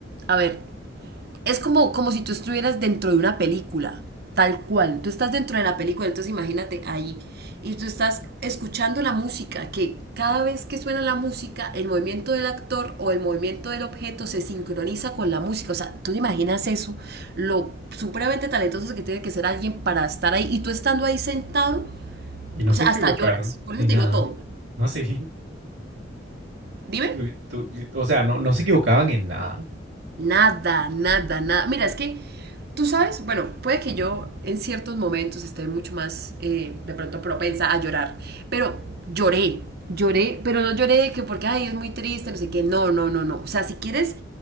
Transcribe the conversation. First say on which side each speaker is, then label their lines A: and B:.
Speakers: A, on the right; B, on the right.
A: A ver, es como, como si tú estuvieras dentro de una película, tal cual. Tú estás dentro de la película, entonces imagínate ahí. Y tú estás escuchando la música, que cada vez que suena la música, el movimiento del actor o el movimiento del objeto se sincroniza con la música. O sea, tú te imaginas eso, lo supremamente talentoso que tiene que ser alguien para estar ahí. Y tú estando ahí sentado,
B: Y no
A: o
B: se
A: sea,
B: equivocaron,
A: hasta lloras. Por
B: ni
A: eso
B: nada.
A: te digo todo.
B: No sé.
A: Dime.
B: tú- tú- o sea, no, no se equivocaban en nada,
A: Nada, nada, nada. Mira, es que tú sabes, bueno, puede que yo en ciertos momentos esté mucho más eh, de pronto propensa a llorar, pero lloré, lloré, pero no lloré de que porque, ay, es muy triste, no sé qué, no, no, no, no. O sea, si quieres